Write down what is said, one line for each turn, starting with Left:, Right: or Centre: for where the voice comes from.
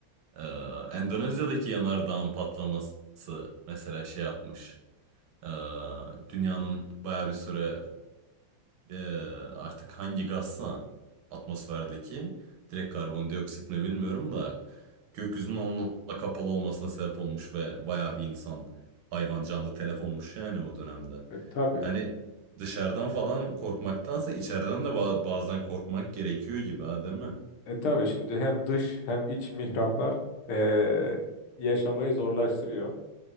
Right: E, Endonezya'daki yanardağın patlaması mesela şey yapmış. E, dünyanın baya bir süre ee, artık hangi gazsa atmosferdeki direkt karbondioksit mi bilmiyorum da gökyüzünün onunla kapalı olmasına sebep olmuş ve bayağı bir insan hayvan canlı telef olmuş yani o dönemde.
Left: E, tabii.
Right: Hani dışarıdan falan korkmaktansa içeriden de ba- bazen korkmak gerekiyor gibi ha değil mi?
Left: E, tabii şimdi hem dış hem iç mihraklar e, yaşamayı zorlaştırıyor.